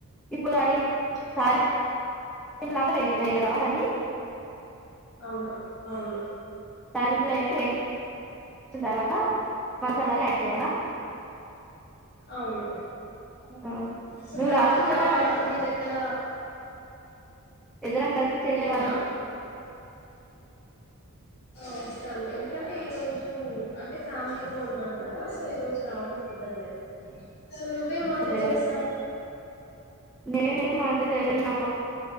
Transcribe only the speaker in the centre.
ఇప్పుడు అది తాళింప్ లాగా వేయాలా దాన్ని
తాళింప్ల యేస్ <inaudible> సిన తర్వాత మసాలాలు యాడ్ చేయాలా
ఆ
నువ్వు
రావచ్చు కదా నా
ఇదరం కలిసి చేసే
వాళ్ళం
ఓకే
నేనేం వంట చెయలేదు నాకు వ